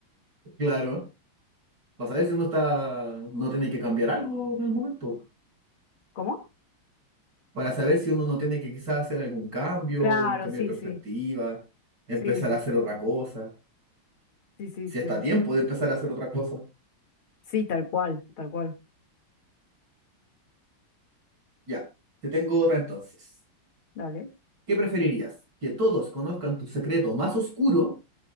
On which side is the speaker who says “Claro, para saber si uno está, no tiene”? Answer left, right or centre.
Right